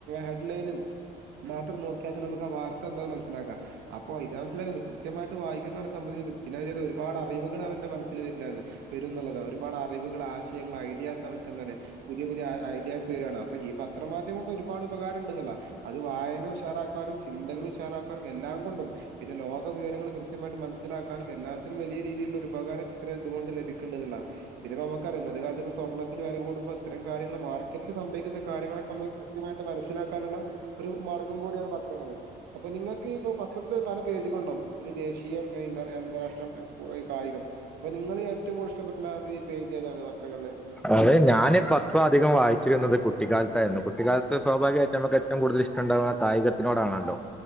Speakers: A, on the right (about 80°); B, in the centre.
A: ഹെഡ്ലൈനി മാത്രം നോക്കിയാത്തന്നെ നമുക്ക് ആ വാർത്ത എന്താെന്ന് മനസ്സിലാക്കാം അപ്പോ ഇതാ മനസ്സിലായേത് കൃത്യമായിട്ട് വായിക്ക്ന്നാളെ <unintelligible> പിന്നെ വല്ല്യൊരു ഒരുപാട് അറിവുകളവന്റെ മനസ്സില് വരില്ലായെന്ന് വരുംന്നുള്ളതാ ഒരുപാട് അറിവുകള്, ആശയങ്ങൾ, ഐഡിയാസ്, അവൻക്കന്താണ് പുതിയ പുതിയ ഐ ഐഡിയാസ് വരാണ് അപ്പൊ ഈ പത്രമാധ്യം കൊണ്ട് ഒരുപാട് ഉപകാരം ഇണ്ട്ന്നല്ല അത് വായന ഉഷാറാക്കാനും ചിന്തകള് ഉഷാറാക്കാനും എല്ലാം കൊ പ്പം പിന്നെ ലോക വിവരങ്ങള് കൃത്യമായിട്ട് മനസ്സിലാക്കാനും എല്ലാത്തിനും വലിയ രീതിയില്ള്ള ഒരു ഉപകാരം ഇത്ര എന്തുകൊണ്ട് ലഭിക്ക്ണ്ട്ന്ന്ള്ളാ. പിന്നെ ഇപ്പ നമ്മക്കറിയാ ഇന്നത്തെ കാലത്ത് സ്വർണത്തിന് വെല കൂടുമ്പോ ഇത്തരം കാര്യങ്ങള് മാർക്കറ്റില് സംഭവിക്ക്ന്ന കാര്യങ്ങളൊക്കെ നമ്മക്ക് കൃത്യമായിട്ട് മനസ്സിലാക്കാനുള്ള ഒരു മാർഗം കൂടിയാണ് പത്രങ്ങള്. അപ്പൊ നിങ്ങക്ക് ഈപ്പം പ ത്രത്തില് പല പേജുകള്ണ്ടാവും. ഇതില് ദേശീയം അയ് എന്താർയാം അന്താരാഷ്ട്രം <unintelligible> കായികം അപ്പൊ നിങ്ങള് ഏറ്റവും കൂട്തല് ഇഷ്ടപ്പെട്ന്നാത് ഈ പേജ് ഏതാണ് പത്രങ്ങള്ലെ
B: അതെ ഞാന് പത്രം അധികം വായിച്ചിരുന്നത് കുട്ടിക്കാ ത്തായിരുന്നു കുട്ടിക്കാല് ത്ത് സൗഭാഗ്യ ആയിട്ട് നമ്മക്ക് ഏറ്റവും കൂടുതല് ഇഷ് ഇഷ്ടണ്ടാവാ കായികത്തിനോടാണല്ലോ.